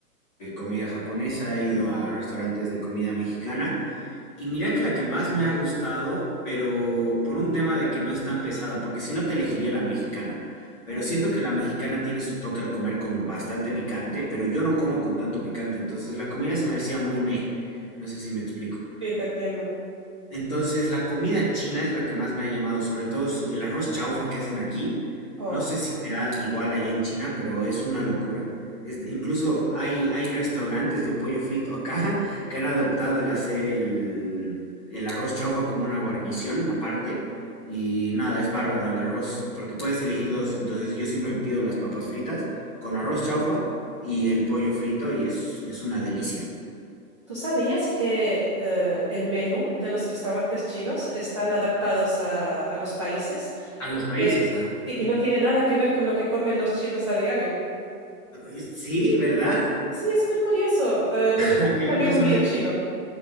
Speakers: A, on the left; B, on the right.
A: de comida japonesa, he ido a restaurantes de comida mexicana, y mira que la que más me ha gustado, pero por un tema de que no es tan pesada, porque si no te elegiría la mexicana. Pero
B: Ujú,
A: siento que la mexicana tiene su toque al comer con bastante picante, pero yo no como con tanto picante, entonces la comida se me hacía muy meh. No sé si me explico.
B: Sí, te entiendo.
A: Entonces, la comida china es la que más me ha llamado, sobre todo su- el arroz chaufa que hacen aquí.
B: Oh.
A: No sé si será igual allá en China, pero es una locura. Es, de- incluso hay, hay restaurantes de pollo frito acá <laughs> que han adoptado el hacer el, el arroz chaufa como una guarnición aparte. Y nada, es bárbaro el arroz, porque puedes elegir dos. Entonces, yo siempre me pido las papas fritas con
B: mm.
A: arroz chaufa y el pollo frito, y es, es una delicia.
B: ¿Tú sabías que eh, el menú de los restaurantes chinos están adaptados a, a los países
A: A los
B: y
A: países,
B: que-
A: ah.
B: y- y no tiene nada que ver con lo que comen los chinos a diario?
A: Ah, es- Sí, ¿verdad?
B: Sí, es muy curioso. eh, me lo dijo
A: Ah, qué
B: un
A: loco,
B: amigo
A: eso
B: mío
A: no sabía.
B: chino,